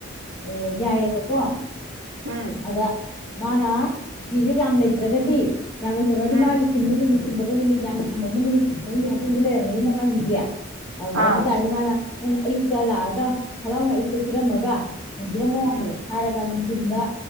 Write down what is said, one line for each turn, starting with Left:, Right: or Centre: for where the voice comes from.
Left: ꯑꯦ ꯌꯥꯏꯑꯦꯕꯀꯣ
Right: ꯎꯝ
Left: ꯑꯗ ꯃꯥꯅ ꯖꯤꯛ ꯌꯥꯝ ꯂꯩꯇ꯭ꯔꯒꯗꯤ ꯌꯥꯝ ꯂꯩꯇꯕ ꯍꯥꯏꯖꯦ
Right: ꯎꯝ
Left: ꯃꯥꯒꯤ ꯆꯤꯟꯕ ꯅꯨꯃꯤꯠ ꯆꯤꯟꯗꯕ ꯅꯨꯃꯤꯠ ꯌꯥꯝꯅ ꯊꯃꯝꯃꯕ ꯅꯨꯃꯤꯠ <unintelligible> ꯍꯥꯞꯄꯝꯗꯤ ꯂꯩꯔ ꯅꯣꯢ ꯅꯄꯥꯖꯤꯗꯤ ꯑꯗꯨ
Right: ꯑꯥ
Left: ꯇꯥꯗꯤ ꯃꯥꯅ ꯅꯪꯅ ꯑꯌꯨꯛ ꯂꯥꯛ ꯑꯒ ꯍꯔꯥꯎꯅ ꯑꯌꯨꯛꯇ ꯄꯤꯔꯝꯃꯒ ꯌꯦꯡꯕꯤꯔꯝꯃꯣ
Right: ꯎꯝ
Left: ꯍꯥꯏꯔꯒ ꯅꯨꯡꯊꯤꯟꯗ